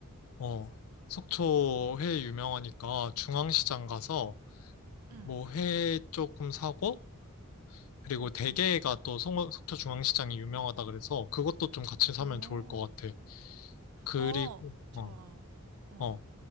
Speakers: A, on the left; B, on the right.
A: 어, 속초 회 유명하니까 중앙시장 가서
B: 응,
A: 뭐 회 조금 사고 그리고 대게가
B: 응.
A: 또 송- 속초중앙시장이 유명하다 그래서 그것도 좀 같이 사면
B: 어,
A: 좋을 것 같아. 그리고,
B: 어, 좋아.
A: 어,
B: 어,
A: 어.